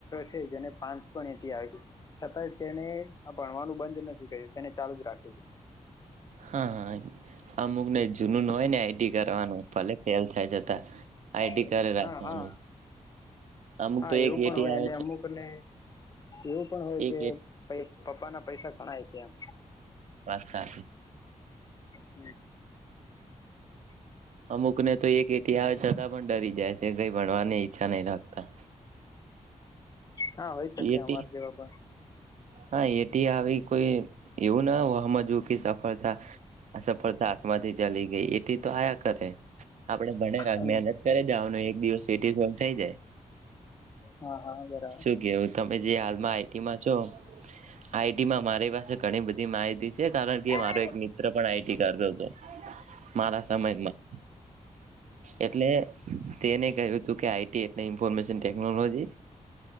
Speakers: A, on the left; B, on the right.
A: છે જેને પાંચ પણ એથી આવે છે, છતા તેને ભણવાનું બંધ નથી કર્યું તેને ચાલુ જ રાખ્યું છે.
B: હા હા અમુક ને જૂનું ન હોય ને આઈટી કરવાનું ભલે ફેલ થાય, જતા આઈટી
A: છે
B: કરી રાખવાનું
A: હા હા
B: અમુક
A: હા
B: તો
A: એવું
B: એકટી
A: પણ હોય
B: આવે
A: અને
B: છે,
A: અમુક <unintelligible> એવું પણ હોય કે
B: એક એટ
A: પ પપ્પા ના પૈસા ઘણાાય તમ
B: વાત ચાસી
A: હમ્મ
B: અમુકને તો એક એટી આવે છતાં પણ ડરી જાય છે, કઈ ભણવાની ઈચ્છા નહી રાખતા.
A: હા, હોય શકે
B: એટી
A: અમાર જેવા પણ
B: હા, એટી આવી કોઈ એવું ના હોમાંજવુ સફળતા અ સફળતા આથમાંથી ચાલી ગઈ એટી તો આયા કરે આપડ ભણે રા
A: હમ
B: મહેનત કરે દઓ એક દિવસ એો થઈ જાય,
A: હા હા બરાબર
B: શું કેવું તમે જે હાલમાં આઈટીમાં છો આઈટીમાં મારી પાસે ઘણી બધી માહિતી છે. કારણ કે
A: હા હા
B: મારો એક મિત્ર પણ આઈટી કરતો હતો, મારા સમયમાં એટલે તેને કહ્યું હતું કે આઈટી એટલે ઇન્ફોર્મેશન ટેકનોલોજી